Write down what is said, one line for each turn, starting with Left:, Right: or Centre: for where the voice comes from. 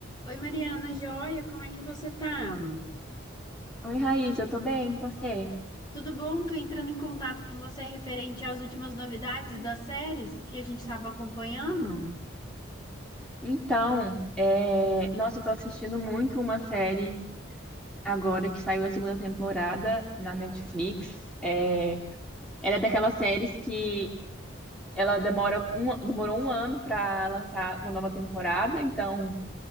Left: Oi, Mariana, joia, como é que você tá?
Centre: Oi, Raíssa, eu tô bem, e você?
Left: Tudo bom? Tô entrando em contato com você referente às últimas novidades das séries que a gente estava acompanhando.
Centre: Então, é, nossa, eu tô assistindo muito uma série agora que saiu a segunda temporada na Netflix. É, Ela é daquelas séries que ela demora um... demorou um ano pra lançar uma nova temporada, então